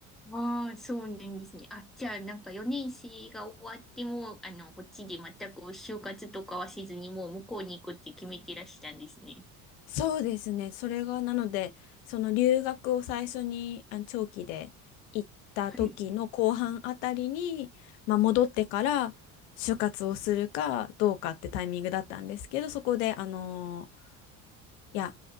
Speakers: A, in the centre; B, on the left.
A: ああ、そうなんですね。あ、じゃあ、なんか4年生が終わっても、あの、こっちで全く就活とかはせずに、もう向こうに行くって決めてらしたんですね。
B: そうですね。それが、なので、その留学を最初にあ長期で行った時の後半あたりに、
A: はい。
B: まあ、戻ってから就活をするかどうかってタイミングだったんですけど、そこで、あのーいや、